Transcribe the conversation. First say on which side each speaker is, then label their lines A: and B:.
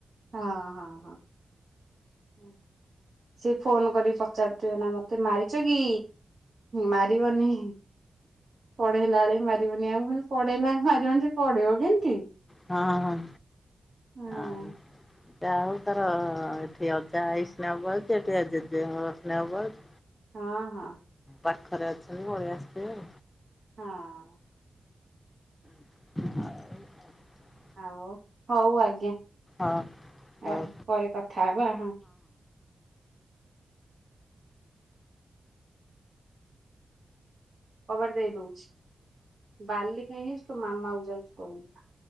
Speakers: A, on the right (about 55°); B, on the left (about 25°).
A: ହଁ, ହଁ, ହଁ। ସେ ଫୋନ୍ କରି ପଚାରୁଥିବ ନା ମତେ ମାରିଛ କି? ମାରିବ ନେହିଁ। ପଢେଇଲା ବେଳେ ମାରିବନି, ଆଉ ମୁଁ କହିଲି ପଢେଇଲା ବେଳେ ମାରିବନି ସେ ପଢେଇିବ କେମତି?
B: ହଁ ହଁ
A: ହଁ
B: ଆଉ ଯା ହଉ ତାର ଏଠି ଅଜା ଆଇ ସ୍ନେହ ପାଉଛି ଏଠି ଆ ଜେଜେଙ୍କର ସ୍ନେହ ପାଉଛି।
A: ହଁ, ହଁ।
B: ପାଖରେ ଅଛନ୍ତି ପଳେଇ ଆସିଥିବେ।
A: ହଁ
B: <inaudible>
A: ଆଉ ହଉ ଆଜ୍ଞା
B: ଆଉ। ହଁ
A: ଆଉ
B: ହଉ
A: ପରେ କଥା ହବା ହଁ। କବାଟ ଦେଇ ଦଉଛି, ବାଲି କାହିଁ ହେଇଚୁ ତୋ ମାମାକୁ ଯାଉଛି କହିବି।